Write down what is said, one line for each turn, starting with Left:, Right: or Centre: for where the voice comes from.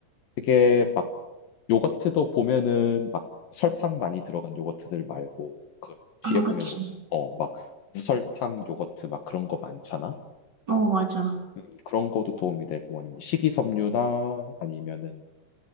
Left: 되게 막 요거트도 보면은 막 설탕 많이 들어간 요거트들 말고 그 뒤에
Right: 아,
Left: 보면
Right: 그치.
Left: 뭐, 어, 막 무설탕 요거트 막 그런 거 많잖아?
Right: 어, 맞아.
Left: 음, 그런 거도 도움이 되고 아니면 식이섬유나 아니면은